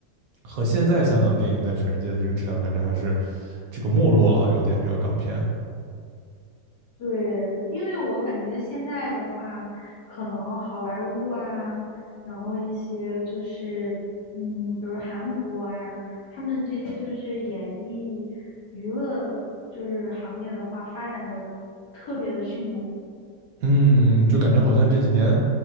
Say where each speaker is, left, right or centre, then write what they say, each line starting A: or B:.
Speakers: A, on the right; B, on the left.
A: 和现在香港电影在全世界的这个质量，感觉还是这个没落了啊，有点这个港片。
B: 对，因为我感觉现在的话，可能好莱坞啊，然后一些就是，嗯，比如韩国呀、他们这些就是演艺娱乐就是行业的话，发展的特别的迅猛。
A: 嗯，就感觉好像这几年